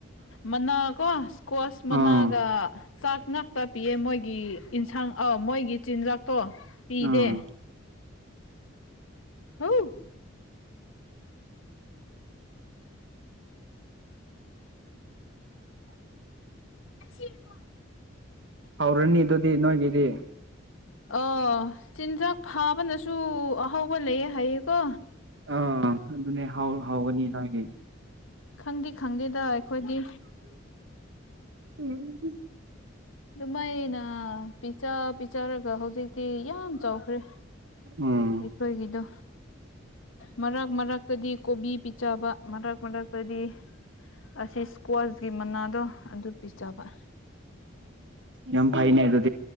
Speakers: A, on the left; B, on the right.
A: ꯃꯅꯥ ꯀꯣ ꯏꯁꯀ꯭ꯋꯥꯁ ꯃꯅꯥꯒ
B: ꯑꯥ
A: ꯆꯥꯛꯅꯛ ꯇ ꯄꯤꯑ ꯃꯣꯏꯒꯤ ꯏꯟꯁꯥꯡ ꯑꯥꯎ ꯃꯣꯏꯒꯤ ꯒꯤ ꯆꯤꯟꯖꯥꯛ ꯄꯣ ꯄꯤꯗꯦ
B: ꯑꯥ
A: ꯍꯥꯎ ꯑꯁꯤꯁꯤꯕ
B: ꯍꯧꯔꯅꯤ ꯑꯗꯨꯗꯤ ꯅꯣꯏꯒꯤꯗꯤ
A: ꯑ ꯆꯤꯟꯖꯥꯛ ꯐꯥꯕꯅꯁꯨ ꯑꯍꯥꯎꯧꯕ ꯂꯩꯌꯦ ꯍꯥꯏꯌꯦꯀꯣ
B: ꯑꯥ ꯑꯗꯨꯅꯦ ꯍꯥꯎꯒꯅꯤ ꯅꯒꯤ
A: ꯈꯪꯗ ꯈꯪꯗꯦꯗ ꯑꯩꯈꯣꯏꯗꯤ
B: <unintelligible>
A: ꯑꯗꯨꯃꯥꯏꯩꯅ ꯄꯤꯖ ꯄꯤꯖꯔꯒ ꯍꯧꯖꯤꯛꯇꯤ ꯌꯥꯝ ꯆꯥꯎꯈ꯭ꯔꯦ
B: ꯎꯝ
A: ꯑꯩꯈꯣꯏꯒꯤꯗꯣ ꯃꯔꯛ ꯃꯔꯛꯇꯗꯤ ꯀꯣꯕꯤ ꯄꯤ ꯄꯤꯖꯕ ꯃꯔꯛ ꯃꯔꯛꯇꯗꯤ ꯑꯁꯤ ꯏꯁꯀ꯭ꯋꯥꯁꯀꯤ ꯃꯅꯥꯗꯣ ꯑꯗꯨ ꯄꯤꯖꯕ
B: ꯌꯥꯝꯟꯥꯏꯩꯅꯅꯦ ꯍꯥꯏꯗ